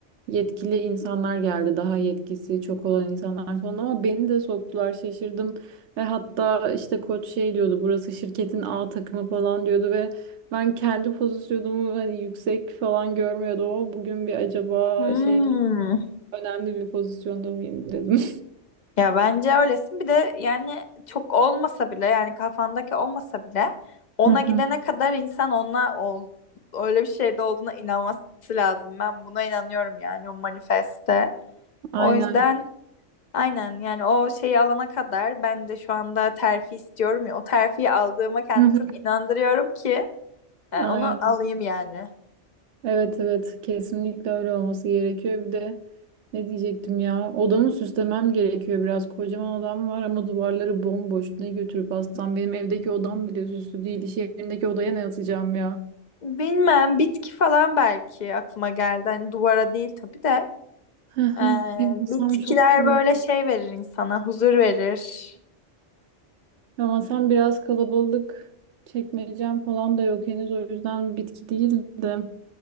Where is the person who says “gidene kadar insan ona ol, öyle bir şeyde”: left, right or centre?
Left